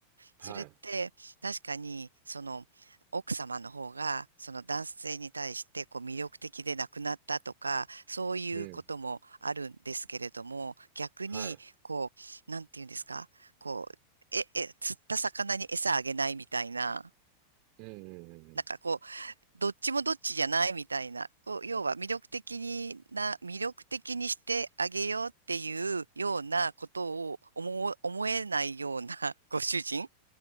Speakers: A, on the right; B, on the right.
A: はい。
B: それって確かにその奥様の方がその男性に対してこう魅力的でなくなったとかそういうこともあるんですけれども逆にこうなんていうんですかこうえ、
A: うん。はい。
B: え、釣った魚に餌あげないみたいな。
A: うん。うん。
B: なんかこうどっちもどっちじゃないみたいなこう要は魅力的にな魅力的にしてあげようっていうようなことを思う思えないようなご主人